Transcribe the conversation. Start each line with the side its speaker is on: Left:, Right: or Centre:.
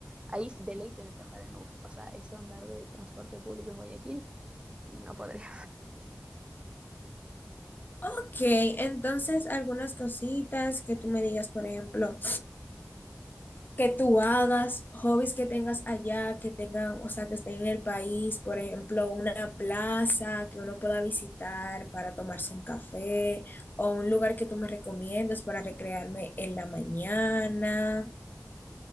Right: ahí de ley tienes que andar en Uber. O sea, eso andar de transporte público en Guayaquil no podría.
Left: ok, entonces algunas cositas que tú me digas, por ejemplo. que tú hagas, hobbies que tengas allá, que tengan, o sea, que estén en el país, por ejemplo, una plaza que uno pueda visitar para tomarse un café o un lugar que tú me recomiendas para recrearme en la mañana.